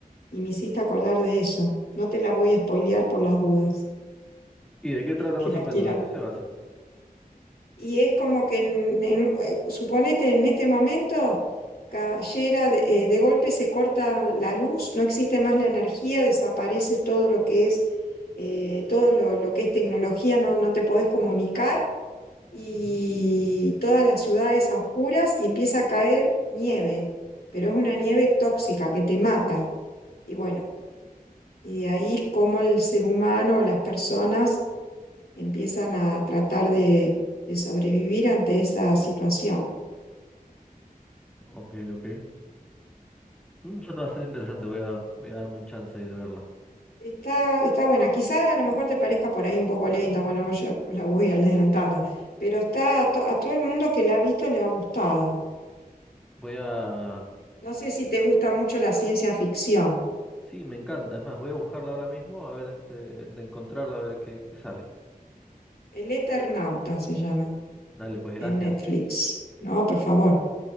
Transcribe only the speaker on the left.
y me hiciste acordar de eso. No te la voy a spoilear por las dudas,
que
la
quieras
Y es como que, en- en- eh, suponete, en este momento cayera de, eh, de golpe, se corta la luz, no existe más la energía, desaparece todo lo que es, eh, todo lo, lo que es tecnología, no, no te podés comunicar y
todas las ciudades a oscuras y empieza a caer nieve, pero es una nieve tóxica que te mata. Y bueno, y de ahí cómo el ser humano, las personas empiezan a tratar de, de sobrevivir ante esa situación.
Está, está buena, quizá a lo mejor te parezca por ahí un poco lenta, bueno, yo la voy adelantando, pero está a, to- a todo el mundo que la ha visto le ha gustado.
No sé si te gusta mucho la ciencia ficción.
El Eternauta se llama
en Netflix. No, por favor.